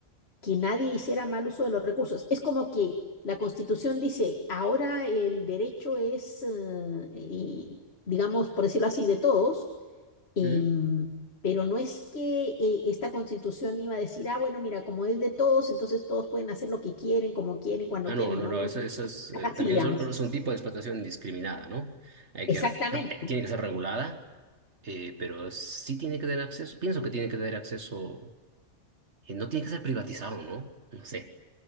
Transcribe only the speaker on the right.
¿Mm?
Ah,
no, no,
no,
eso, eso es, eh,
también
es, otro- es un tipo de explotación indiscriminada, ¿no? Hay
que, re- tiene que ser regulada, eh, pero sí tiene que tener acceso, pienso que tiene que tener acceso Y no tiene que ser privatizado, ¿no? No sé,